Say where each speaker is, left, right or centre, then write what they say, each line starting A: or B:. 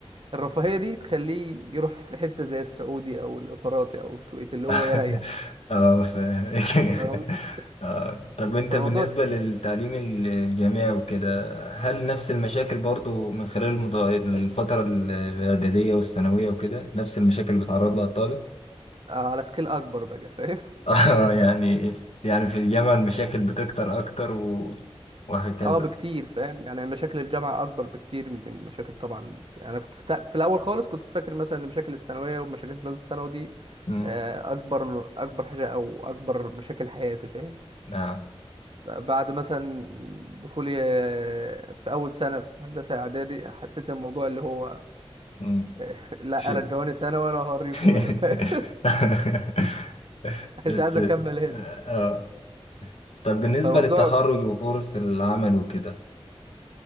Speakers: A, on the right; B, on the left.
A: الرفاهية دي تخليه يروح في حتة زي السعودي أو الإماراتي أو الكويت اللي
B: <laughs>
A: هو يريح
B: اه ف... <laughs>
A: فالموضوع
B: اه طب انت
A: فالموضوع
B: بالنسبة للتعليم ال- الجامعي وكده هل نفس المشاكل برضو من خلال المت- الفترة ال- الإعدادية والثانوية وكده نفس المشاكل اللي بيتعرض لها الطالب؟
A: على سكيل أكبر بقى فاهم
B: <laughs> اه يعني يعني في الجامعة المشاكل بتكتر أكتر و... وهكذا
A: اه بكتير فاهم يعني مشاكل الجامعة أكبر بكتير من مشاكل طبعا الس- يعني أنا كنت في, تا- في الأول خالص كنت فاكر مثلا إن مشاكل الثانوية ومشاكل تالتة ثانوي دي
B: مم.
A: آه، أكبر أكبر حاجة أو أكبر مشاكل حياتي فاهم
B: نعم
A: بعد مثلا دخولي آه، في أول سنة في هندسة إعدادي حسيت الموضوع اللي هو
B: مم.
A: آه، <laughs> لا
B: شو
A: رجعوني سنة وأنا هوريكم بقى،
B: <laughs>
A: فاهم؟ <laughs>
B: بس
A: مش عايز أكمل هنا
B: اه طب بالنسبة
A: فالموضوع
B: للتخرج وفرص العمل وكده